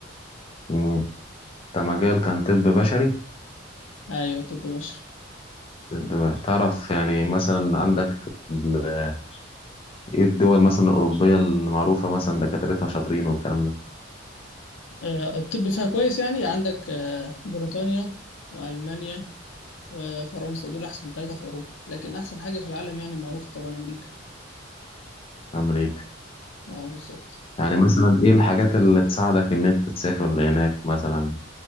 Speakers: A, on the left (about 30°); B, on the left (about 80°).
A: مم، أنت مجال كان طب بشري
B: ايوه طب بشري
A: طب- تعرف يعني مثلا عندك في ال- إيه الدول مثلا الأوروبية المعروفة مثلا دكاترتها شاطرين والكلام ده
B: آه الطب فيها كويس يعني عندك آه بريطانيا والمانيا وفرنسا دول احسن ثلاثه في اوروبا لكن احسن حاجه في العالم يعني معروفه طبعا امريكا
A: أمريكا
B: اه بالظبط
A: يعني مثلا إيه الحاجات اللي تساعدك إن أنت تسافر لهناك مثلا